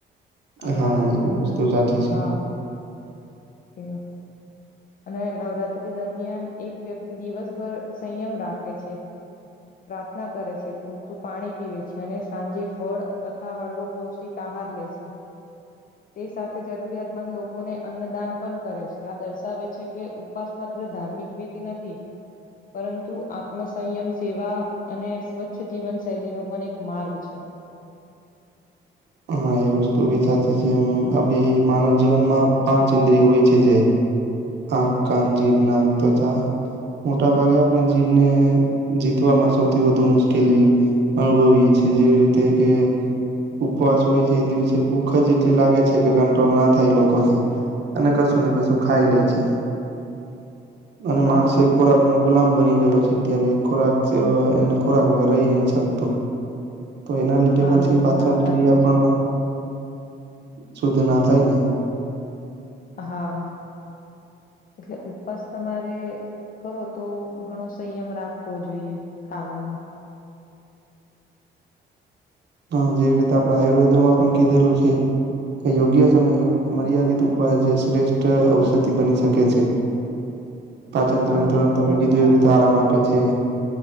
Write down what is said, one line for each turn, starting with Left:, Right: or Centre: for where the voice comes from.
Left: આપડા
Right: હા
Left: હિન્દુ
Right: એ વસ્તુ સાચી છે
Left: હા એ અને નવરાત્રી દરમિયાન એક વ્યક્તિ દિવસભર સંયમ રાખે છે. પ્રાર્થના કરે છે, પૂરતું પાણી પીવે છે, અને સાંજે ફળ તથા હળવો પૌષ્ટિક આહાર લે છે. તે સાથે જરૂરિયાતંદ લોકોને અન્નદાન પણ કરે છે. આ દર્શ વે છે કે ઉપવાસ માત્ર ધાર્મિક વિધી નથી. પરંતુ આત્મ સંયમ સેવા અને સ્વચ્છ જીવન શૈલીનો પણ એક માર્ગ છે. <inaudible>
Right: હા એ વસ્તુ બી સાચી છે એમ, અભી માનવ જીવન માં પાંચ ઇન્દ્રિય હોય છે જે આંખ, કાન, જીભ, નાક તથા મોટા ભાગે આપણે જીભને જીતવામાં સૌથી વધુ મુશ્કેલી અનુભવીએ છી એ જેવી રીતે કે ઉપવાસ હોય છે એ દિવસે ભૂખ જ એટલી લાગે છે કે કંટ્રોલ ના થાય એ લોકોથી. અને કશું ને કશું ખાઈ લે છે, અને
Left: હા.
Right: માણસે ખોરાક નો ગુલામ બની ગયો છે અત્યારે, ખોરાક સે અહ એને ખોરાક વગર રહી જા <unintelligible> તો એના લીધે
Left: હા,
Right: પછી
Left: એ તો
Right: પાચન
Left: વાત સાચી
Right: ક્રિયા પણ
Left: છે.
Right: શુદ્ધ ના થાયને.
Left: હા, એટલે ઉપવાસ તમારે કરો તો ઘણો સંયમ રાખવો જોઈએ ખાવામાં.
Right: હા જેવી રીતે આપણે આયુર્વેદો માં પણ કીધેલું છે કે યોગ્ય સમયે ઉ મર્યાદિત ઉપવાસ જે શ્રેષ્ઠ ઔષધિ બની શકે છે.
Left: <inaudible>
Right: પાચનતંત્ર
Left: હા, એ તો
Right: તમે
Left: વાત
Right: કીધું
Left: સાચી.
Right: એવી રીતે આરામ આપે છે.